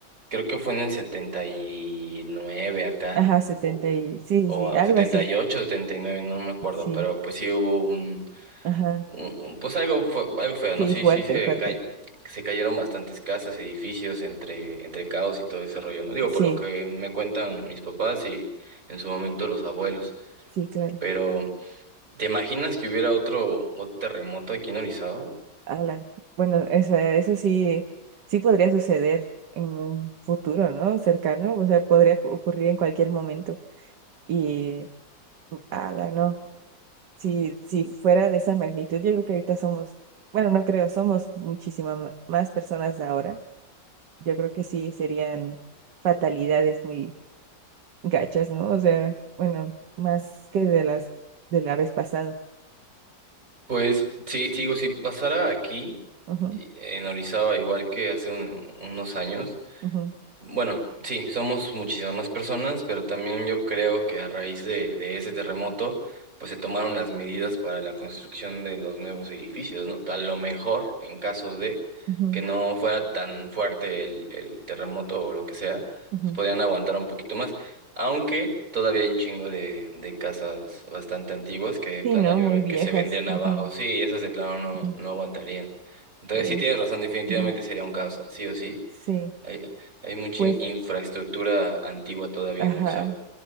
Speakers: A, on the right; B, on the right.
A: creo que fue en el 79 acá,
B: Ajá, setenta
A: o,
B: y. Sí,
A: o,
B: sí, sí,
A: o
B: algo
A: setenta
B: así.
A: y ocho, setenta y nueve no me acuerdo,
B: Sí.
A: pero pues sí hubo un,
B: Ajá.
A: un- un- pues algo, fue, algo feo,
B: Sí,
A: ¿no? Sí,
B: fuerte,
A: sí, se,
B: fuerte.
A: cay- se cayeron bastantes casas, edificios entre, entre caos y todo ese rollo, ¿no? Digo,
B: Sí,
A: por lo que me cuentan mis papás y en su momento los abuelos,
B: sí, claro.
A: pero ¿te imaginas que hubiera otro, otro terremoto aquí en Orizaba?
B: Ala. Bueno, eso, eso sí, sí podría suceder en un futuro, ¿no? Cercano. O sea, podría cu- ocurrir en cualquier momento. Y, ala, no. Si, si fuera de esa magnitud, yo creo que ahorita somos, bueno, no creo, somos muchísimas más personas ahora yo creo que sí serían fatalidades muy gachas, ¿no? O sea, bueno, más que de las de la vez pasada.
A: Pues sí, te digo, si pasara aquí,
B: Ujú,
A: eh, en Orizaba, igual que hace un- unos años,
B: ujú,
A: bueno, sí, somos muchísimas más personas, pero también yo creo que a raíz de, de ese terremoto, pues se tomaron las medidas para la construcción de los nuevos edificios, ¿no? A lo mejor, en caso de
B: ujú,
A: que no fuera tan fuerte el, el terremoto o lo que sea,
B: ujú.
A: pues podrían aguantar un poquito más. Aunque todavía hay un chingo de, de casas bastante antiguas que de
B: Sí,
A: plano
B: ¿no?
A: yo
B: Muy
A: creo
B: viejas.
A: que se vendrían
B: Ujú,
A: abajo. Sí, esas de plano no,
B: ujú.
A: no aguantarían. Entonces
B: Uy,
A: sí tienes razón, definitivamente
B: ujú.
A: sería un caos, sí o sí.
B: Sí,
A: Hay, hay mucha
B: pues,
A: in- infraestructura antigua todavía
B: ajá.
A: en Orizaba.